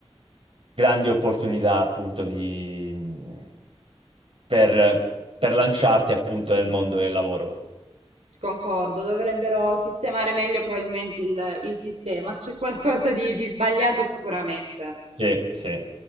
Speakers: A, on the right (about 60°); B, on the right (about 80°).
A: grandi opportunità appunto di, mhmm, per, per lanciarti appunto nel mondo del lavoro.
B: Concordo, dovrebbero sistemare meglio probabilmente il, il sistema, c'è qualcosa di, di sbagliato sicuramente.
A: Sì, sì.